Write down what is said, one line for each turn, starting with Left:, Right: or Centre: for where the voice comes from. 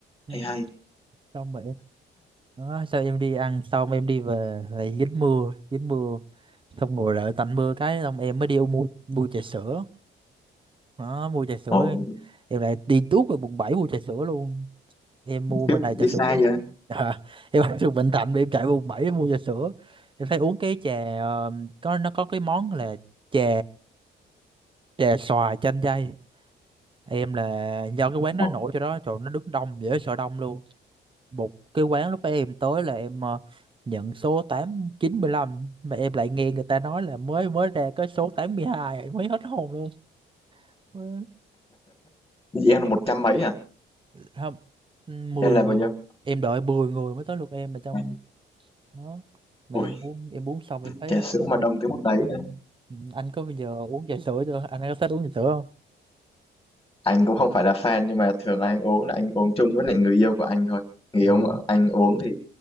Right: ừ.
Left: hay
Right: xong rồi em đó, sao em đi ăn xong em đi về lại dính mưa dính mưa xong ngồi đợi tạnh mưa cái xong em mới đi mua mua trà sữa đó mua trà sữa
Left: hay
Right: em, em lại đi tuốt về quận 7 mua trà sữa luôn em mua bên
Left: Kiếp
Right: này trà
Left: đi
Right: sữa
Left: xa
Right: cũng
Left: vậy?
Right: <laughs> à, em ở từ Bình Thạnh mà em chạy quận 7 em mua trà sữa em thấy uống cái trà ờ, có nó có cái món là trà Dạ xoài chanh dây Em là do cái quán nó
Left: Ủa,
Right: nổi cho đó Trời nó đứng đông dễ sợ đông luôn Một cái quán lúc em tới là em ờ, Nhận số tám chín lăm Mà em lại nghe người ta nói là mới mới ra Cái số 82 em mới hết hồn luôn Ừ,
Left: Vậy em là một trăm mấy à?
Right: Không 10
Left: Em là
Right: người
Left: bao nhiêu?
Right: Em đợi 10 người mới tới lượt em Mà trong
Left: À,
Right: đó Mà
Left: Ui,
Right: em uống em uống xong em thấy
Left: trà
Right: nó
Left: sữa
Right: cũng
Left: mà đông tới mức đấy nữa.
Right: Ừ, Anh có bao giờ uống trà sữa chưa Anh có thích uống trà sữa không
Left: Anh cũng không phải là fan nhưng mà thường anh uống là anh uống chung với lại người yêu của anh thôi. Người
Right: Dạ.
Left: yêu mà anh uống thì